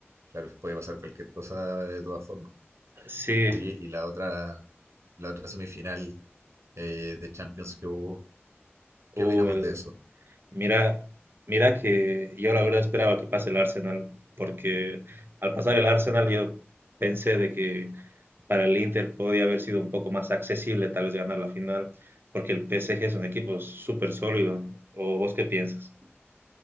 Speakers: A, on the right (about 85°); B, on the right (about 55°).
A: claro, puede pasar cualquier cosa de todas formas.
B: Sí,
A: Oye, y la otra, la otra semifinal eh, de Champions que hubo,
B: uh,
A: ¿qué opinamos
B: el,
A: de eso?
B: Mira, mira que yo la verdad esperaba que pase el Arsenal, porque al pasar el Arsenal yo pensé de que para el Inter podía haber sido un poco más accesible tal vez ganar la final, porque el PSG es un equipo súper sólido. ¿O vos qué piensas?